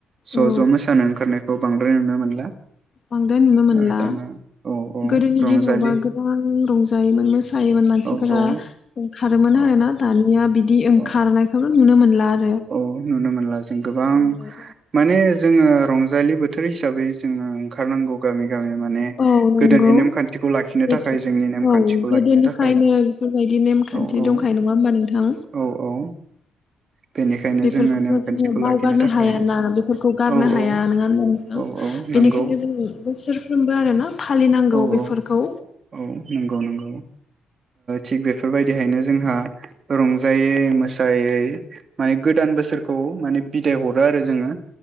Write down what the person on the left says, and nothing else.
औ
बांद्राय नुनो मोनला
गोदोनि
दिनावबा गोबां रंजायोमोन मोसायोमोन मानसिफोरा
खारोमोन
आरो ना दानिया बिदि दिं ओंखारनायखौनो
नुनो नुनो मोनला आरो
ओमफ्राय
औ नंगौ
बेथ'
औ गोदोनिफ्रायनो
बेफोरबायदि नेमखान्थि
दंखायो नङा होमबा नोंथां
बेफोरखौबो
जोङो बावगारनो
हायाना बेफोरखौ गारनो
हाया
नङा होनना नोंथां
बेनिखायनो जों बोसोरफ्रोमबो आरो ना फालिनांगौ
बेफोरखौ